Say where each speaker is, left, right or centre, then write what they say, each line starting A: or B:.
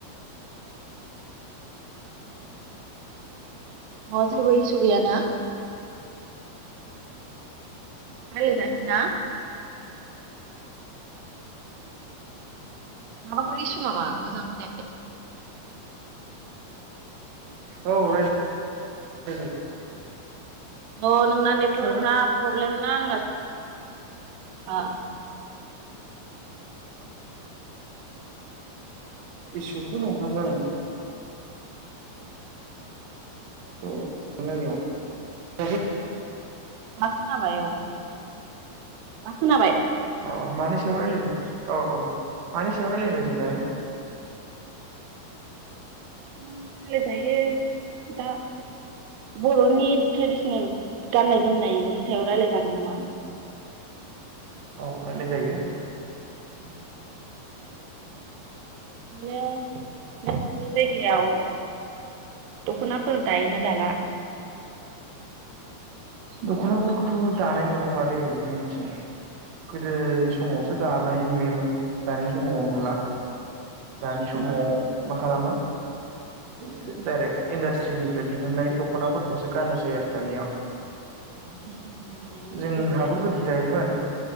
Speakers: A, on the right (about 90°); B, on the right (about 70°).
A: हेलौ <unintelligible> गैयाना। रायलाय जागोन ना? माबाफोर इसु नामा मोजां खोनायाखै।
B: औ राय जागोन
A: औ नोंना नेटवर्क
B: राय
A: ना प्रब्लेम नां आंनास ओ
B: इसुथ नङामोन औ <unintelligible>
A: दा खोनाबाय औ दा खोनाबाय?
B: अ मानेस सायाव रायलायनि औ औ मानिसायाव रायलाय नो जों दायो?
A: रायलाय जायो। दा बर'नि ट्रेडिसनेल गाननाय जोमनायनि सायाव रायलाय जागोन नामा?
B: औ रायलाय जायो।
A: <inaudible> बिदिनो नोंसिनि जायगायाव। दख नाफोर दायोना दाला?
B: दख नाफोरखौथ दानाय नुबांला दै जोंनिथिं। गोदोनि समाव दानाय नुयोमोन दानि समाव नुला दानि समाव मा खालामो <unintelligible> डाइरेक्ट इन्डासट्रिनिफ्राय दिहुननाय दख'नाफोरखौसो गानसै आरो दानिया।
A: मेसिन जों बानायनाय
B: जोंहाबो
A: गुबुन हारिफोरा
B: गोदो दायोमोन